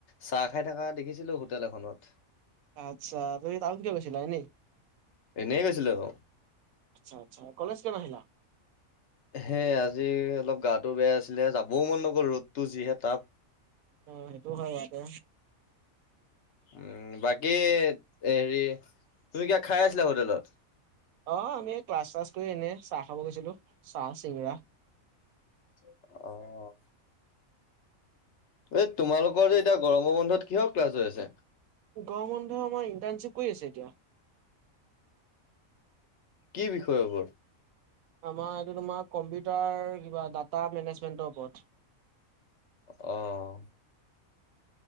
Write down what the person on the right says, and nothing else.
আচ্ছা, তুমি টাউন কিয় গৈছিলা এনেই?
আচ্ছা আচ্ছা। কলেজ কিয় নাহিলা?
অ' সেইটো হয় বাৰুতে।
অ' আমি ক্লাছ চাছ কৰি এনে চাহ খাব গৈছিলোঁ। চাহ চিঙৰা।
গৰম বন্ধ আমাৰ ইণ্টাৰ্ণচিপ কৰি আছোঁ এতিয়া।
আমাৰ এইটো তোমাৰ কম্পিউটাৰ কিবা ডাটা মেনেজমেন্টৰ ওপৰত।